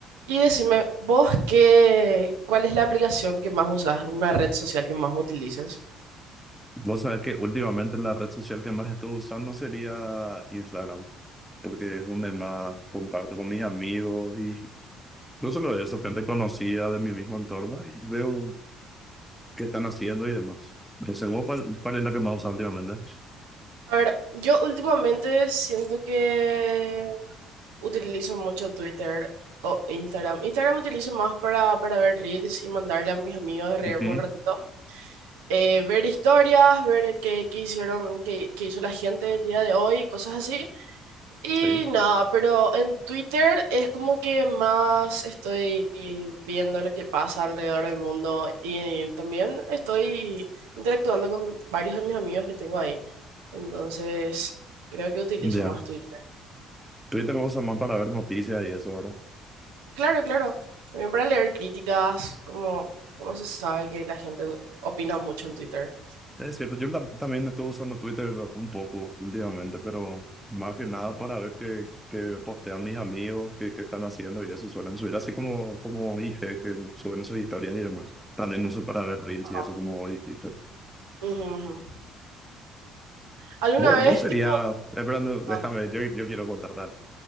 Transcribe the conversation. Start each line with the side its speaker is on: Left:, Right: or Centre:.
Right: Y decime, vos qué, ¿cuál es la aplicación que más usas, una red social que más utilizas?
Centre: Vos sabés que últimamente la red social que más estuve usando sería Instagram, porque es donde más comparto con mis amigos y no solo eso, gente conocida de mi mismo entorno y veo qué están haciendo y demás. Que según ¿cuál, cuál es la que más usas últimamente?
Right: A ver, yo últimamente siento que utilizo mucho Twitter o Instagram. Instagram utilizo más para, para ver reels y mandarle a mis amigos de reírme
Centre: Sí, sí.
Right: un ratito. Eh, ver historias, ver qué, qué hicieron, qué, qué hizo la gente el día de hoy, cosas así. Y
Centre: Sí.
Right: nada, pero en Twitter es como que más estoy viendo lo que pasa alrededor del mundo y también estoy interactuando con varios de mis amigos que tengo ahí. Entonces, creo que utilizo
Centre: ya.
Right: más Twitter.
Centre: Twitter lo usas más para ver noticias y eso, ¿verdad?
Right: Claro, claro. También para leer críticas, como, como se sabe que la gente opina mucho en Twitter.
Centre: Es cierto, yo la- también estuve usando Twitter un poco últimamente, pero más que nada para ver qué, qué postean mis amigos, qué, qué están haciendo y eso suelen subir, así como, como dije, que suben sus historias y demás. También uso para ver reels
Right: Ajá.
Centre: y eso como dijiste.
Right: Ujú, ujú. ¿Alguna
Centre: Vos,
Right: vez,
Centre: vos serías,
Right: tipo...
Centre: esperando, déjame,
Right: Ah,
Centre: yo, yo quiero contratar.